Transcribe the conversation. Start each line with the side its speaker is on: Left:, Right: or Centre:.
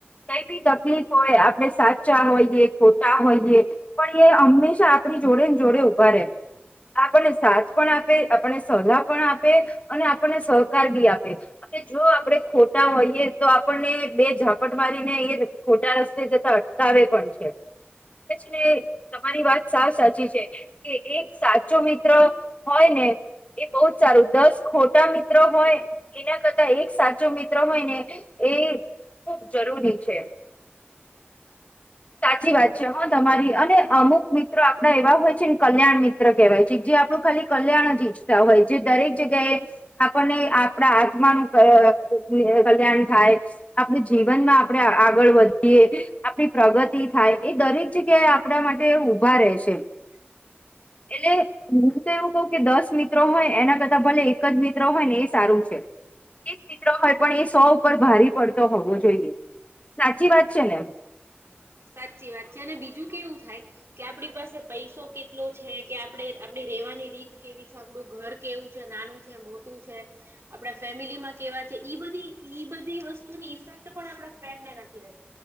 Left: કઈ બી તકલીફ હોય, આપણે સાચા હોઈએ ખોટા હોઈએ. પણ એ હંમેશા આપણી જોડે ને, જોડે ઊભા રહેે. આપણને સાથે પણ આપે આપણને સલાહ, અને આપણને સહકાર બી આપે. અને જો આપડે ખોટા હોઈએ તો, આપણને બે ઝાપટ મારીને એ. ખોટા રસ્તે જતા અટકાવે પણ છે. ને તમારી વાત સા સાચી છે કે, એક સાચો મિત્ર હોય ને, એ બહુ જ સારું, દસ ખોટા મિત્ર હોય. એના કરતા, એક સાચો મિત્ર હોય ને એ. ખુબ જરૂરી છે.
Right: <inaudible>
Left: સાચી વાત છે. હા, તમારી અને અમુક મિત્રો આપડા એવા હોય છે ને, કલ્યાણ મિત્ર કહેવાય છે, જે આપણું ખાલી કલ્યાણ જ ઈચ્છતા હોય, જે દરેક જગ્યાએ. આપણને આપણા આત્માનું કલ્યાણ થાય. આપણે જીવનમાં આપણે આગળ વધીએ આપણી પ્રગતિ થાય એ દરેક જગ્યાએ. આપડા માટે ઊભા રે છે.
Right: <inaudible>
Left: એટલે હું તો એવું કઉું કે દસ મિ મિત્રો હોય એના કરતા ભલે એક જ મિત્ર હોય ને એ સારું છે. એક મિત્ર હોય પણ એ સો ઉપર ભારી પડતો હોવો જોઈએ સાચી વાત છે ને,
Right: સાચી વાત છે અને બીજું કેવું થાય કે આપણી પાસે પૈસો. કેટલો છે કે આપણે આપડી રેવાની રીત કેવી છે આપણું ઘર કેવું છે નાનું. મોટું છે આપડા ફેમિલીમાં કેવા. ઈ બધી ઈ બધી વસ્તુની ઇફેક્ટ પણ આપણા ફ્રેન્ને નથી રહેતો